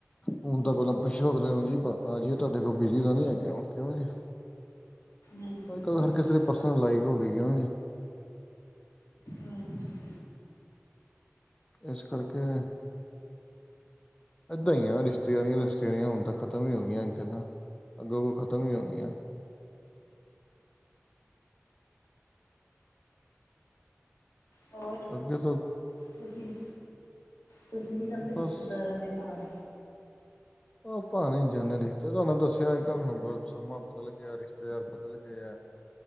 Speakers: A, on the left (about 20°); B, on the left (about 80°).
A: ਹੁਣ ਤਾਂ ਪਹਿਲਾਂ ਪੁੱਛੋ ਅਗਲੇ ਨੂੰ ਜੀ, ਆ ਜਾਏ ਤੁਹਾਡੇ ਕੋਲ, ਬਿਜ਼ੀ ਤ ਨੀ ਹੈਗੇ, ਕਿਉਂ ਜੀ
B: ਹਾਂਜੀ
A: ਅੱਜ
B: ਹਾਂਜੀ
A: ਕੱਲ ਹਰ ਕਿਸੇ ਦੀ ਪਰਸਨਲ ਲਾਈਫ ਹੋ ਗਈ ਆ
B: ਹਾਂਜੀ
A: ਇਸ ਕਰਕੇ ਏਦਾਂ ਈ ਆ ਰਿਸ਼ਤੇਦਾਰੀਆਂ ਰਸ਼ਤੇਦਾਰੀਆਂ ਹੁਣ ਤਾਂ ਖਤਮ ਹੀ ਹੋ ਗਈਆਂ ਇੰਜ ਨਾ ਅੱਗੋ ਕੁ ਖਤਮ ਈ ਹੋ ਗਈਆਂ
B: <inaudible> ਹੋਰ?
A: ਅੱਗੇ ਤੋਂ
B: ਤੁਸੀਂ, ਤੁਸੀਂ ਨੀ ਜਾਂਦੇ
A: ਬਸ
B: ਰਿਸ਼ਤੇਦਾਰਾਂ ਦੇ ਘਰ?
A: ਉਹ ਭਾਵੇਂ ਜਨੇਲਿਸਟ ਐ, ਤੁਹਾਨੂੰ ਦੱਸਿਆ ਅੱਜ ਕੱਲ੍ਹ ਹੁਣ ਸਮਾਂ ਬਦਲ ਗਿਆ, ਰਿਸ਼ਤੇਦਾਰ ਬਦਲ ਗਿਆ